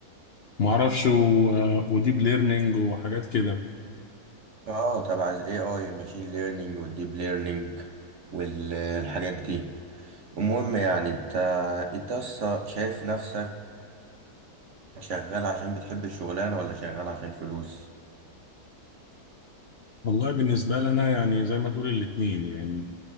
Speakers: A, on the left; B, on the right.
A: ومعرفش و- وديب ليرنينج وحاجات كده
B: اه تبع ال AI الماشين ليرنينج والديب ليرنينج والحاجات دي المهم يعني انت انت أصلا شايف نفسك شغال عشان بتحب الشغلانة ولا شغال عشان فلوس
A: والله بالنسبة لنا يعني زي ما تقولي الاتنين يعني